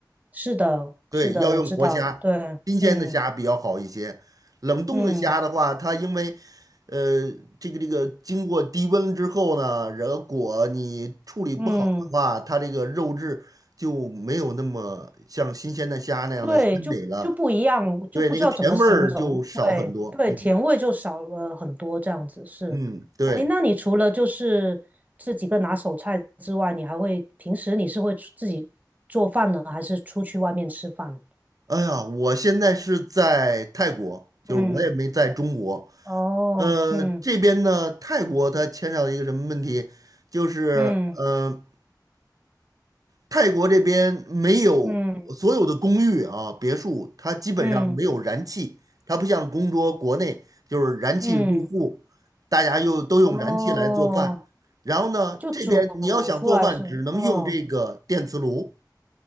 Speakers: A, on the right (about 20°); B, on the right (about 55°).
A: 是的，
B: 对，
A: 是的，
B: 要用活虾，
A: 我知道，对，
B: 新鲜的虾比较好一些。
A: 嗯
B: 冷冻的虾的话，
A: 嗯
B: 它因为呃这个这个经过低温之后呢，如果你处理不好的话，
A: 嗯，
B: 它这个肉质就没有那么像新鲜的虾那样的鲜美了。
A: 对，就就不一样，就不知道怎么形容，
B: 对，那个甜味儿就少很多。
A: 对对，
B: 嗯
A: 甜味就少了很多，这样子是。
B: 嗯，对。
A: 哎，那你除了就是这几个拿手菜之外，你还会平时你是会出自己做饭呢，还是出去外面吃饭？
B: 哎呀，我现在是在泰国，就是我也没在中国。
A: 嗯，哦，
B: 呃，
A: 嗯
B: 这边呢，泰国它牵扯到一个什么问题，就是呃，
A: 嗯
B: 泰国这边没有所有的公寓啊、
A: 嗯
B: 别墅，它基本上没有燃气，
A: 嗯
B: 它不像中国国内就是燃气入户，
A: 嗯，
B: 大家又都用燃气来做饭。
A: 哦，
B: 然后呢，
A: 就煮出来是，
B: 这边你要想做饭，只能用这个电磁炉。
A: 哦。